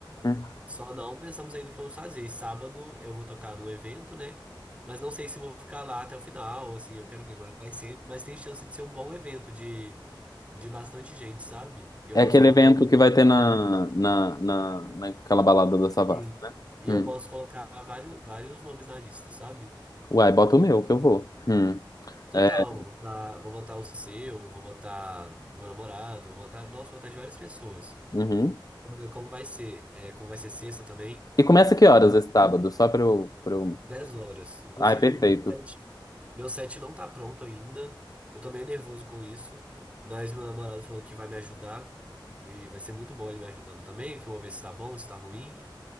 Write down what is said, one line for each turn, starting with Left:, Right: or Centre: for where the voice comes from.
Left: uhum.
Right: Só não pensamos ainda o que vamos fazer. E sábado eu vou tocar num evento, né? Mas não sei se vou ficar lá até o final, assim, eu quero ver como é que vai ser. Mas tem chance de ser um bom evento, de, de bastante gente, sabe? E eu
Left: É
Right: posso
Left: aquele
Right: colocar
Left: evento que vai ter na,
Right: ali.
Left: na, na, naquela balada da Savassi,
Right: E,
Left: né?
Right: e
Left: Hum.
Right: eu posso colocar vários, vários nomes na lista, sabe?
Left: Uai, bota o meu, que eu vou. Hum.
Right: Total,
Left: É,
Right: vou botar, vou botar o seu, vou botar o meu namorado, vou botar, nossa, vou botar de várias pessoas.
Left: uhum.
Right: Vamos ver como vai ser, é, como vai ser sexta também.
Left: E começa que horas esse sábado? Só pra eu, pra eu...
Right: 10 horas. Inclusive,
Left: Ai, perfeito.
Right: meu set, meu set não tá pronto ainda. Eu tô meio nervoso com isso, mas meu namorado falou que vai me ajudar. E vai ser muito bom ele me ajudando também, que eu vou ver se tá bom, se tá ruim.